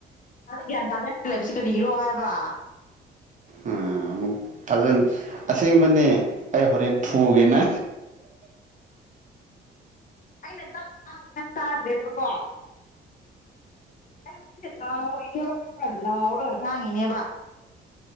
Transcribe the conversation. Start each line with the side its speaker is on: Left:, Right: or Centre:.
Left: ꯒ꯭ꯌꯥꯟ ꯇꯥꯗ ꯂꯩꯕꯁꯤ ꯀꯔꯤꯒꯤꯔꯣ ꯍꯥꯏꯕ
Right: ꯎꯝ ꯑꯃꯨꯛ ꯐꯖꯅ ꯑꯁꯦꯡꯕꯅꯦ ꯑꯩ ꯍꯣꯔꯦꯟ ꯐꯨꯒꯦꯅ
Left: ꯑꯩꯅ ꯇꯥꯗ꯭ꯔꯦꯕꯀꯣ <unintelligible> ꯂꯥꯎꯔꯒ ꯍꯥꯡꯉꯤꯅꯦꯕ